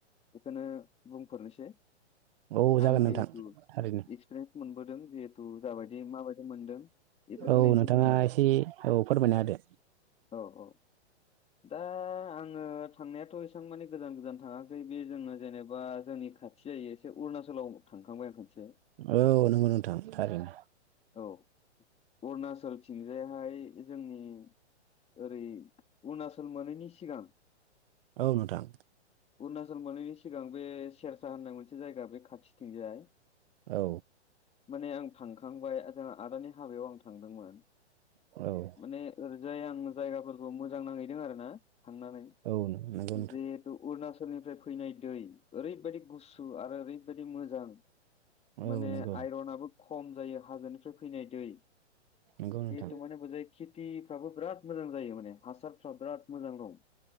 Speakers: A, on the left; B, on the right.
A: बेखौनो बुंफोरनोसै
B: औ जागोन
A: आं जिहेथु
B: नोंथां थारैनो
A: एक्सपिरियेन्स मोनबोदों जिहेथु जाबादि माबायदि मोनदों बेफोरखौनो
B: ओव
A: एसे
B: नोंथाङा
A: बुंनोसै
B: एसे औ फोरमायना होदो
A: औ औ दा आङो थांनायाथ एसां माने गोजान गोजान थाङा बे जोंङो जेनेबा जोंनि खाथि जायो एसे अरुणाचलाव थांखांबाय आं खोनसे
B: औ नंगौ नोंथां थारैनो
A: औ अरुणाचल थिंजायहाय जोंनि ओरै अरुणाचल मोनैनि सिगां
B: औ नोंथां
A: अरुणाचल मोनैनि सिगां बे सेरसा होननाय मोनसे जायगा बे खाथिथिंजाय
B: औ
A: माने आं थांखांबाय आदानि हाबायाव आं थांदोंमोन
B: औ
A: माने ओरैजाय आं जायगाफोरखौ मोजां नांहैदों आरो ना थांनानै
B: औ नोंथां नंगौ
A: जिहेथु अरुणाचलनिफ्राय फैनाय दै ओरैबायदि गुसु आरो ओरैबायदि मोजां
B: औ
A: माने
B: नंगौ
A: आइरनाबो खम जायो हाजोनिफ्राय फैनाय दै
B: नंगौ नोंथां
A: जिथु माने बजाय खेथिफ्राबो बिराद मोजां जायो माने हासारफ्रा बिराद मोजां दं